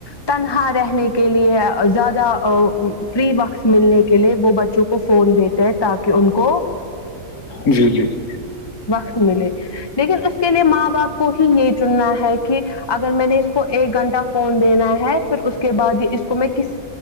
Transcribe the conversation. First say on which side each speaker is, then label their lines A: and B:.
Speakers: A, on the left; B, on the left.
A: تنہا رہنے کے لیے زیادہ فری وقت ملنے کے لیے وہ بچوں کو فون دیتے تاکہ ان کو
B: جی جی جی
A: وقت ملے لیکن اس کے لیے ماں باپ کو یہ چننا ہے کہ اگر میں نے اس کو ایک گھنٹہ فون دینا ہے پھر اس کے بعد اس کو میں کس